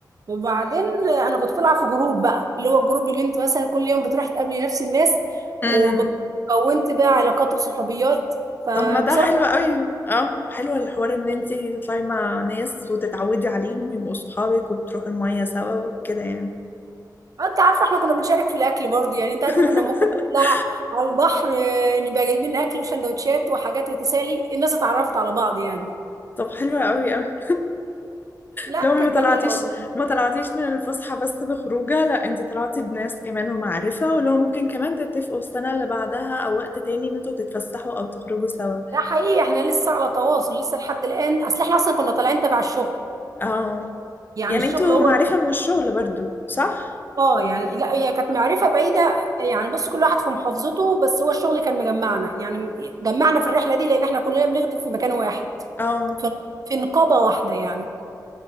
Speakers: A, on the right; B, on the left.
A: وبعدين انا كنت بلعب في جروب بقى اللي هو الجروب اللي انت مثلا كل يوم بتروح تقابلي نفس الناس
B: أمم.
A: وكونت بقى علاقات وصحوبيات فبصراحه
B: طب ما ده حلو قوي اه حلو الحوار ان انتي تطلعي مع ناس وتتعودي عليهم ويبقوا صحابك وبتروحوا المية سوا وكده يعني
A: آه، انت عارفه احنا كنا بنشارك في الاكل برضه يعني انت عارفه
B: <laughs>
A: كنا ممكن نطلع على البحر آه، نبقى جايبين اكل وسندوتشات وحاجات وتسالي الناس اتعرفت على بعض يعني
B: طب حلو قوي قوي
A: لا
B: لو
A: كانت
B: ما طلعتيش
A: جميله والله
B: ما طلعتيش من الفسحة بس بخروجة لا انتي طلعتي بناس كمان ومعرفة ولو ممكن كمان تتفقوا السنة اللي بعدها او وقت تاني ان انتوا تتفسحوا او تخرجوا سوا
A: ده حقيقي احنا لسه على تواصل لسه لحد الان اصل احنا اصلا كنا طالعين تبع الشغل
B: اه
A: يعني
B: يعني
A: الشغل
B: انتوا
A: هو
B: معرفة
A: ال-
B: من الشغل برضو صح؟
A: اه يعني لا هي كانت معرفه بعيده يعني بس كل واحد في محافظته بس هو الشغل كان مجمعنا يعني جمعنا في الرحله دي لان احنا كلنا بنخدم في مكان واحد
B: اه
A: ف- في نقابه واحده يعني